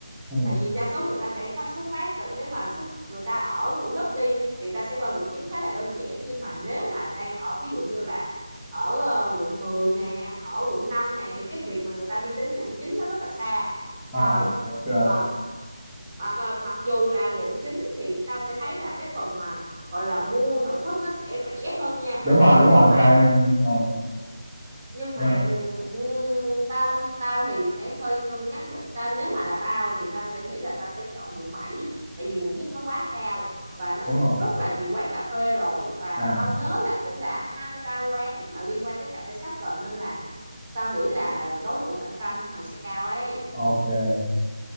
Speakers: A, in the centre; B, on the right (about 30°).
A: ừ.
B: tại vì đa số người ta sẽ phát xuất phát từ nếu mà xuất người ta ở Thủ Đức đi thì người ta sẽ qua quận 9 khá là đơn giản nhưng mà nếu mà đang ở ví dụ như là ở ờ, quận 10 nè ở quận 5 nè thì cái việc mà người ta đi đến quận 9 nó rất là xa
A: Ờ,
B: rồi
A: ok
B: còn mặc ờ, mặc dù là quận 9 thì tao sẽ thấy là cái phần mà gọi là mua nội thất nó sẽ rẻ hơn nha
A: đúng rồi đúng
B: nhưng
A: rồi
B: mà
A: tại vì ừ,
B: nhưng
A: đúng
B: mà
A: rồi
B: ừm, tao tao thì sẽ hơi cân nhắc về tao nếu mà là tao thì tao sẽ nghĩ là tao sẽ chọn quận bảy tại vì quận nhất nó quá cao và nó
A: đúng
B: sẽ
A: rồi
B: rất là nhiều quán cà phê rồi và
A: à
B: tao nhớ là cũng đã hai ba quán mà liên quan tới cà phê sách rồi nên là tao nghĩ là đối thủ cạnh tranh của mày sẽ cao ấy
A: ok